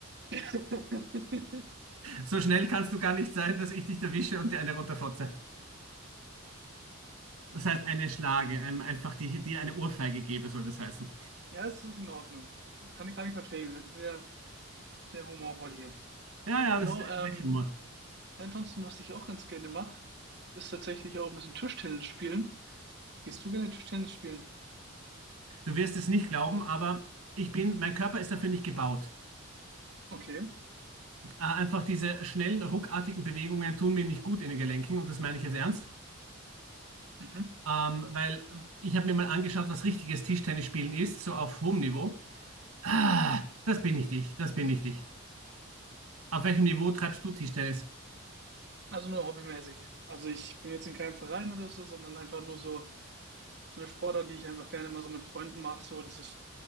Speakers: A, on the right (about 50°); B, on the right (about 80°).
A: <laughs>
B: So schnell kannst du gar nicht sein, dass ich dich erwische und dir eine runterfotze. Das heißt, eine Schlage, ein- einfach die, die eine Ohrfeige gebe, soll das heißen.
A: Ja, es ist in Ordnung. Kann, kann ich verstehen. Wir sind ja sehr humorvoll hier.
B: Ja, ja,
A: Genau,
B: das ist
A: ähm,
B: österreichischer
A: ja, ansonsten, was ich auch ganz gerne mache, ist tatsächlich auch ein bisschen Tischtennis spielen. Gehst du gerne Tischtennis spielen?
B: Du wirst es nicht glauben, aber ich bin, mein Körper ist dafür nicht gebaut.
A: Okay.
B: Äh, einfach diese schnellen, ruckartigen Bewegungen tun mir nicht gut in den Gelenken und das meine ich jetzt ernst.
A: Mhm.
B: Ähm, weil äh, ich habe mir mal angeschaut, was richtiges Tischtennisspielen ist, so auf hohem Niveau. Ah, das bin nicht ich, das bin nicht ich. Auf welchem Niveau treibst du Tischtennis?
A: Also nur hobbymäßig. Also ich bin jetzt in keinem Verein oder so, sondern einfach nur so, so eine Sportart, die ich einfach gerne mal so mit Freunden mache. So dieses